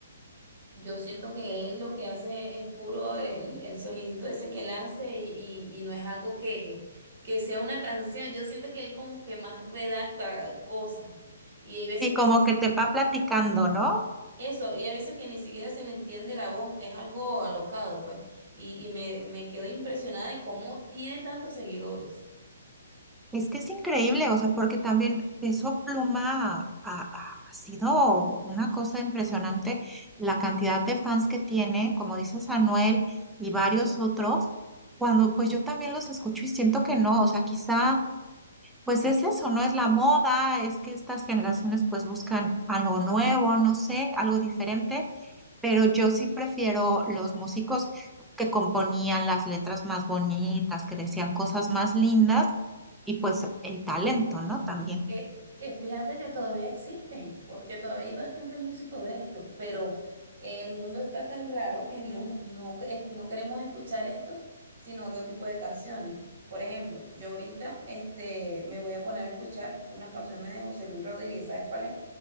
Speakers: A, on the right; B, in the centre.
A: Yo siento que él lo que hace es puro el, el sonidito ese que él hace y, y- y no es algo que, que sea una canción. Yo siento que él como que más redacta cosas y hay veces
B: Sí, como
A: que ni si,
B: que te va platicando, ¿no?
A: eso, y hay veces que ni siquiera se le entiende la voz, es algo alocado, pues. Y, y me, me quedo impresionada de cómo tiene tantos seguidores.
B: Es que es increíble, o sea, porque también Peso Pluma ha, ha- ha sido una cosa impresionante la cantidad de fans que tiene, como dices, Anuel y varios otros, cuando pues yo también los escucho y siento que no, o sea, quizá pues es eso, no es la moda, es que estas generaciones pues buscan algo nuevo, no sé, algo diferente, pero yo sí prefiero los músicos que componían las letras más bonitas, que decían cosas más lindas y pues el talento, ¿no? También.
A: Que, que fíjate que todavía existen, porque todavía hay bastantes músicos de estos, pero eh, el mundo está tan raro que no, no, es- no queremos escuchar estos, sino otro tipo de canciones. Por ejemplo, yo ahorita este, me voy a poner a escuchar unas canciones de José Luis Rodríguez. ¿Sabes cuál es?